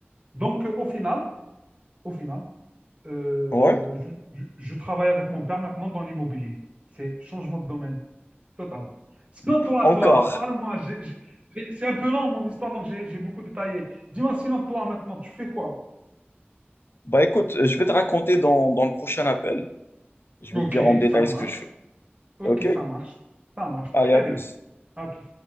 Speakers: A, on the right (about 30°); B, on the left (about 65°).
A: Donc, euh, au final, au final, euh,
B: Ouais.
A: je, je- je travaille avec mon père maintenant dans l'immobilier. C'est changement de domaine total. Sinon, toi,
B: Encore.
A: toi, parle-moi. J'ai- j'ai- j'ai- C'est un peu long, mon histoire, donc j'ai j'ai beaucoup détaillé. Dis-moi, sinon, toi, maintenant, tu fais quoi?
B: Bah écoute, je vais te raconter dans, dans le prochain appel. Je vais
A: Ok,
B: te dire en détail
A: ça marche.
B: ce que je fais.
A: Ok,
B: Ok?
A: ça marche. Ça marche
B: Allez,
A: très
B: à plus.
A: bien. à toute